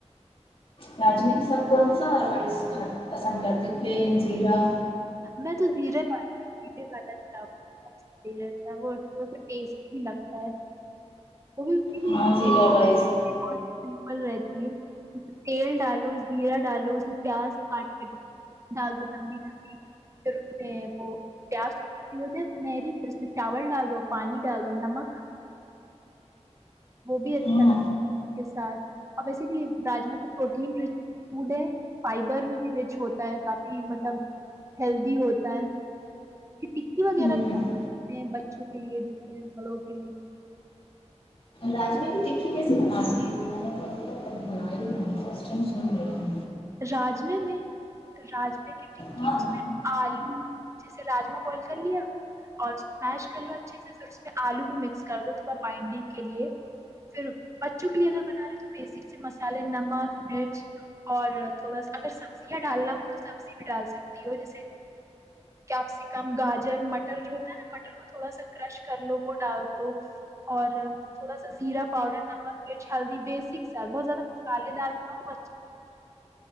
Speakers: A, on the left; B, on the right.
A: راجم کے سب کون سا رائس پسند کرتی پلین زیرا
B: میں تو زیرے پا زیرے پا تھا رہتا ہے وہ اس کو ٹیسٹی بھی لگتا ہے وہ بھی اس کی بھی
A: ہاں زیرہ رائس
B: بہت سمپل رہتی ہے تیل ڈالو جیرا ڈالو اس میں پیاز کاٹ کے ڈال دو لمبی پھر اس میں وہ پیاز کو مجے سنری پھر اس میں چاول ڈال دو پانی ڈال دو نمک وہ بھی اچھا
A: ہاں
B: لگتا کے ساتھ اب ویسے بھی راجما تو پروٹین رچ فوڈ ہے فائبر میں بھی رچ ہوتا ہے کافی مطلب ہیلدی ہوتا ہے کی وغیرہتے
A: ہوں
B: بچوں کے لیے جیسے بڑوں کے لیے
A: راجمی بھی دیکھی کیسے بناتی میں نے تو ابھی تک ابھی بنائی ہی نہیں فسٹ ٹم سن رہی ہوں
B: راجمے میں راجمے کی ٹکی
A: ہاں
B: اس میں آلو جیسے راجما بوائل کر لیا اور اس کو میش کر لو اچھے سے پھر اس میں آلو بھی مکس کر دو تھوڑا بائنڈنگ کے لیے پھر بچوں کے لیے اگر بنا رہے تو بیسک سے مسالے نمک مرچ اور اا اگر سبزیاں ڈالنا ہو تو سبزی بھی ڈال سکتی ہو جیسے کیپسکم گاجر مٹر جو ہوتا ہے نا مٹر کو تھوڑا سا کرش کر لو وہ ڈال دو اور تھوڑا سا زیرا پاؤڈر نمک مرچ ہلدی بیسک س بہت زیادہ مسالے دار بنا دو